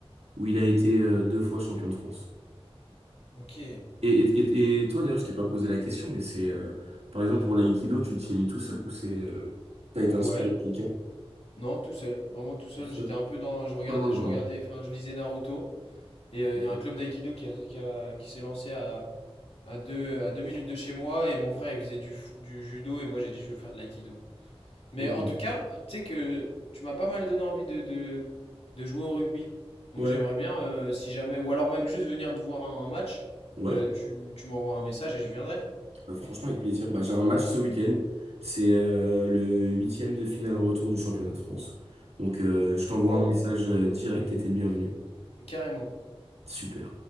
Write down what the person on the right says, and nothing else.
où il a été euh, deux fois champion de France.
Et, et, et, et toi, d'ailleurs, je t'ai pas posé la question, mais c'est, euh, par exemple, pour l'aïkido, tu t'y es mis tout seul ou c'est, euh, t'as été inspiré
de quelqu'un
tout seul?
Comme un grand.
Ok.
Ok.
Ouais.
Ouais.
Bah, franchement, avec plaisir. Bah, j'ai un match ce week-end. C'est euh, le huitième de finale retour du championnat de France. Donc, euh, je t'envoie
un message euh, direct et t'es le bienvenu.
Super.